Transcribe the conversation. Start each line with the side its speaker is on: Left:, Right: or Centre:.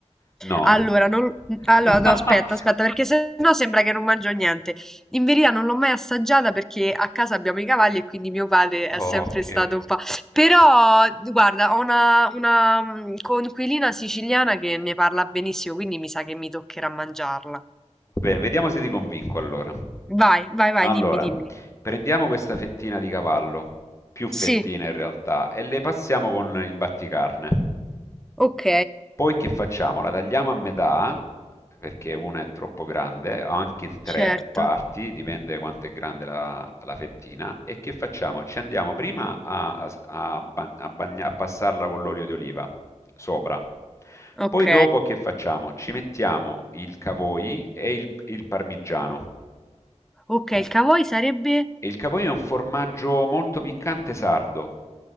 Left: No.
Centre: Allora, non-
Left: <laughs>
Centre: allora, no, aspetta, aspetta, perché sennò sembra che non mangio niente. In verità non l'ho mai assaggiata perché a casa abbiamo i cavalli e quindi mio padre
Left: Ok.
Centre: è sempre stato un po'. Però, guarda, ho una, una mm, coinquilina siciliana che ne parla benissimo, quindi mi sa che mi toccherà mangiarla.
Left: Bene, vediamo se ti convinco allora.
Centre: Vai, vai,
Left: Allora.
Centre: vai, dimmi, dimmi.
Left: Prendiamo questa fettina di cavallo, più fettine
Centre: Sì,
Left: in realtà, e le passiamo con il batticarne.
Centre: ok,
Left: Poi che facciamo? La tagliamo a metà, perché una è troppo grande, o anche in tre
Centre: certo,
Left: parti, dipende quanto è grande la, la fettina. E che facciamo? Ci andiamo prima a, a- a ba- a bagna- a passarla con l'olio di oliva sopra.
Centre: ok.
Left: Poi dopo che facciamo? Ci mettiamo il cavoi e il il parmigiano.
Centre: Ok,
Left: Pu-
Centre: il cavoi sarebbe...
Left: E il capolinno è un formaggio molto piccante sardo.